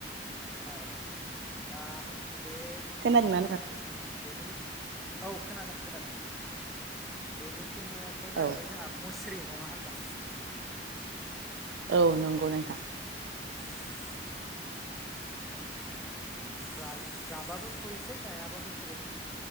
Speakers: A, in the centre; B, on the right (about 70°).
A: औ दा बे
B: खोनादोंना नोंथां?
A: जोइम बेनि औ खोनादों खोनादों बेनि फिननायाथ जाहैबाय
B: औ
A: जोंहा मोस स्रि नङा होनब्ला
B: औ नंगौ नोंथां
A: औ दा ग <unintelligible> जाबाबो खुरैसे जायाबाबो खुरै